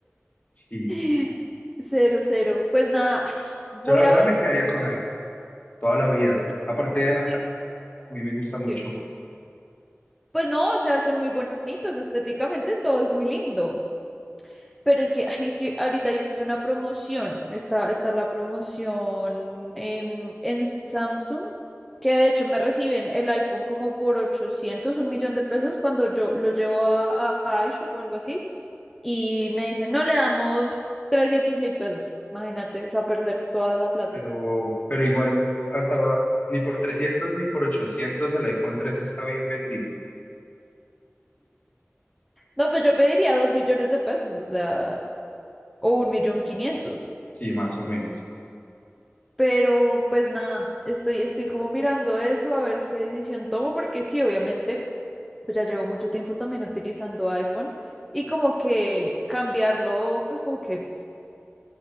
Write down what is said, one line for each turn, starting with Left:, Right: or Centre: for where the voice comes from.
Left: Sí.
Centre: <laughs> Cero, cero. Pues nada, ay, voy
Left: Yo la verdad
Centre: a ver.
Left: me quedaría con iPhone toda la vida.
Centre: qué-
Left: Aparte,
Centre: Es
Left: a
Centre: que,
Left: a mí me gusta mucho.
Centre: sí. pues no, o sea, son muy bonitos estéticamente, todo es muy lindo. Pero es que, ay, es que ahorita hay una promoción, está, está la promoción em, en Samsung, que de hecho me reciben el iPhone como por ochocientos un millón de pesos cuando yo lo llevo a, a, iShop o algo así, y me dicen, no le damos trescientos mil pesos, imagínate, o sea, perder toda esa plata.
Left: pero, pero igual hasta ni por 300 ni por 800 el iPhone 3 está bien vendido.
Centre: No, pues yo pediría dos millones de pesos, o sea, o un millón quinientos
Left: Sí, más o menos.
Centre: Pero pues nada, estoy, estoy como mirando eso, a ver qué decisión tomo, porque sí, obviamente pues ya llevo mucho tiempo también utilizando iPhone y como que cambiarlo, pues como que